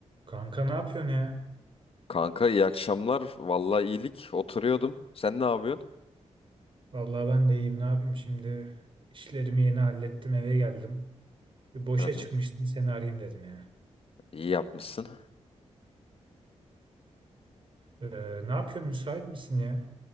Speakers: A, on the right (about 45°); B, on the left (about 50°).
A: Kanka ne yapıyorsun ya?
B: Kanka iyi akşamlar. Vallahi iyilik. Oturuyordum. Sen ne yapıyorsun?
A: Vallahi ben de iyiyim. Ne yapayım şimdi? İşlerimi yeni hallettim, eve geldim. Bir boşa
B: Hı hı.
A: çıkmıştım, seni arayayım dedim ya.
B: İyi yapmışsın.
A: Ee, ne yapıyorsun? Müsait misin ya?